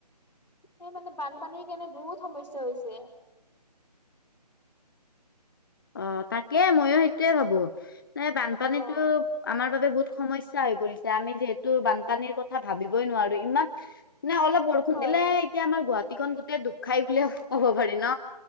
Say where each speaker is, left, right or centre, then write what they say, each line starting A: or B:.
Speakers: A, on the left; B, on the left.
A: সেই মানে বানপানীৰ কাৰণে বহুত সমস্যা হৈছে
B: অ তাকে ময়ো সেইটোয়ে ভাবো এ বানপানীতো
A: অ',
B: আমাৰ বাবে বহুত সমস্যা হৈ পৰিছে আমি যিহেতু বানপানীৰ কথা ভাবিবই নোৱাৰো ইমান নে অলপ বৰষুণ
A: হয়
B: দিলে এতিয়া আমাৰ গুৱাহাটীখন গোটেই দুব খাই বুলিয়ে ক'ব পাৰি ন?